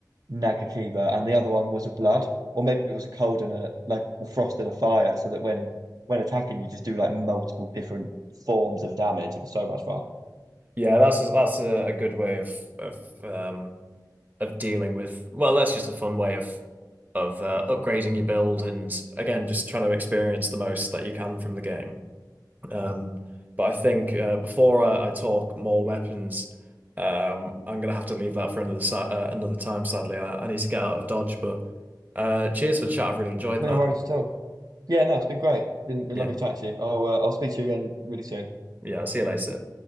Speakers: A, on the right; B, on the right.
A: Nagakiba and the other one was a blood, or maybe it was a cold and a like a frost and a fire, so that when when attacking you just do like multiple different forms of damage. It was so much fun.
B: Yeah, that's a, that's a, a good way of of um of dealing with. Well, that's just a fun way of of uh, upgrading your build and again just trying to experience the most that you can from the game. Um, but I think uh, before I, I talk more weapons, um, I'm gonna have to leave that for another si uh, another time. Sadly, I, I need to get out of Dodge. But uh, cheers for the chat. I've really enjoyed
A: No
B: that.
A: worries at all. Yeah, no, it's been great. Been, been
B: Yeah.
A: lovely chatting to you. I'll uh, I'll speak to you again really soon.
B: Yeah, I'll see you later.